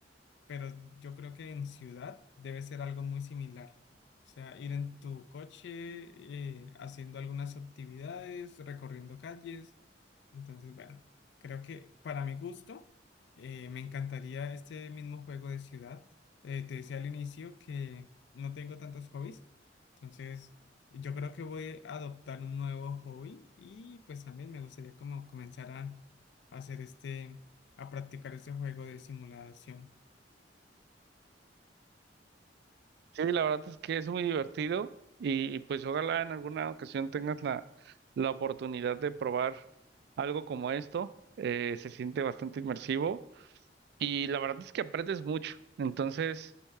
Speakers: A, on the left (about 70°); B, on the right (about 60°).
A: pero yo creo que en ciudad debe ser algo muy similar. O sea, ir en tu coche, eh, haciendo algunas actividades, recorriendo calles. Entonces, bueno, creo que para mi gusto, eh, me encantaría este mismo juego de ciudad. Eh, te decía al inicio que no tengo tantos hobbies, entonces yo creo que voy a adoptar un nuevo hobby y pues también me gustaría como comenzar a, a hacer este, a practicar este juego de simulación.
B: Sí, la verdad es que es muy divertido y, y pues ojalá en alguna ocasión tengas la, la oportunidad de probar algo como esto. Eh, se siente bastante inmersivo y la verdad es que aprendes mucho. Entonces,